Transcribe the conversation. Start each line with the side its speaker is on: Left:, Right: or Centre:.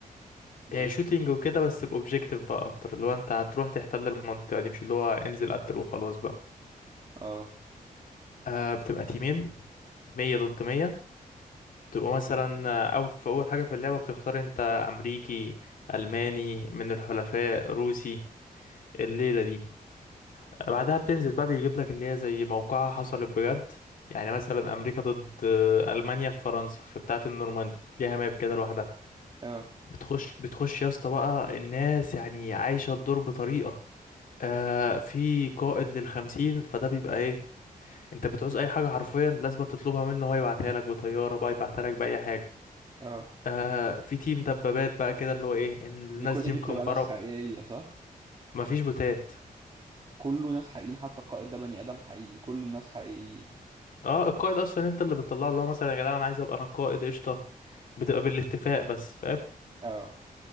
Left: هي
Right: ماشي
Left: شوتينج وكده بس باوبجيكتيف بقى اكتر اللي هو انت هتروح تحتل المنطقه دي مش اللي هو انزل قتل وخلاص بقى
Right: اه
Left: آه، بتبقى تيمين مية ضد مية بتبقى مثلا آه، او في اول حاجه في اللعبه بتختار انت امريكي الماني من الحلفاء روسي الليله دي بعدها بتنزل بقى بيجيب لك اللي هي زي موقعها حصلت بجد يعني مثلا امريكا ضد المانيا في فرنسا في بتاعه النورماندي ليها ماب كده لوحدها
Right: اه
Left: بتخش بتخش يا اسطى بقى الناس يعني عايشه الدور بطريقه آه في قائد للخمسين فده بيبقى ايه انت بتعوز اي حاجه حرفيا لازم تطلبها منه هو يبعتها لك بطياره بقى يبعتها لك باي حاجه
Right: اه
Left: آه في تيم دبابات بقى كده اللي هو ايه ان الناس
Right: دي كل
Left: دي
Right: دي
Left: مكمبره
Right: بتبقى ناس حقيقية صح؟
Left: مفيش بوتات
Right: كله ناس حقيقيين حتى القائد ده بني آدم حقيقي كل الناس حقيقيين
Left: اه القائد اصلا انت اللي بتطلع له مثلا يا جدعان انا عايز ابقى انا قائد قشطه بتبقى بالاتفاق بس فاهم
Right: اه